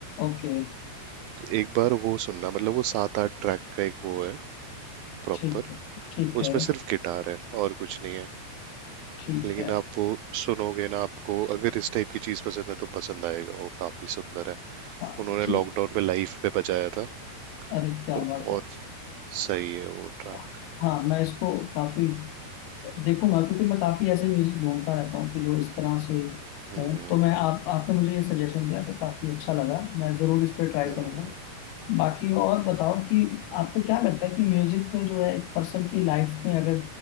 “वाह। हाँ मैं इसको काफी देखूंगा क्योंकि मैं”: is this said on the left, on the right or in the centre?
Left